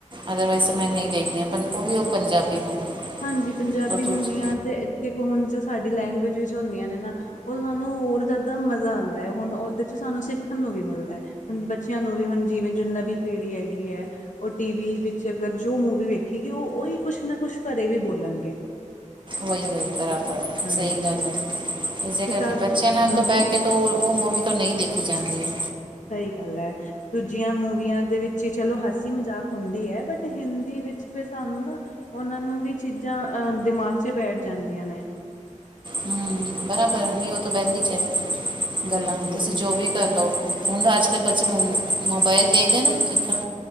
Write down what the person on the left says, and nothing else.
ਹਾਂਜੀ ਪੰਜਾਬੀ
ਮੂਵੀਆਂ ਤੇ ਦੇਖੋ ਹੁਣ ਜੋ ਸਾਡੀ ਲੈਂਗੁਏਜ ਵਿੱਚ ਹੁੰਦੀਆਂ ਨੇ ਨਾ ਉਹ ਸਾਨੂੰ ਹੋਰ ਜ਼ਿਆਦਾ ਮਜ਼ਾ ਆਂਦਾ ਹੈ ਹੁਣ ਉਹਦੇ ਚ ਸਾਨੂੰ ਸਿੱਖਣ ਨੂੰ ਵੀ ਮਿਲਦਾ ਹੈ ਹੁ ਬੱਚਿਆਂ ਨੂੰ ਵੀ ਹੁਣ ਜਿਵੇਂ ਜੋ ਨਵੀਂ ਪੀੜ੍ਹੀ ਹੈਗੀ ਹੈ ਉਹ ਟੀ ਵੀ ਵਿੱਚ ਅਗਰ ਜੋ ਮੂਵੀ ਵੇਖੇਗੀ ਉਹ ਉਹਹੀ ਕੁਛ ਨਾ ਕੁਛ ਘਰੇ ਵੀ ਬੋਲਣਗੇ
ਹਾਂਜੀ
ਕਿਤਾਬ
ਹੂੰ
ਹੂੰ
ਸਹੀ ਗੱਲ ਹੈ ਦੂਜੀਆਂ ਮੂਵੀਆਂ ਦੇ ਵਿੱਚ ਹੀ ਚਲੋ ਹਾਸੀ ਮਜ਼ਾਕ ਹੁੰਦੀ ਹੈ ਬਟ ਹਿੰਦੀ ਵਿੱਚ ਫਿਰ ਸਾਨੂੰ ਨਾ ਉਹਨਾਂ ਨੂੰ ਵੀ ਚੀਜ਼ਾਂ ਦਿਮਾਗ 'ਚ ਬੈਠ ਜਾਂਦੀਆਂ ਨੇ
ਹਾਂਜੀ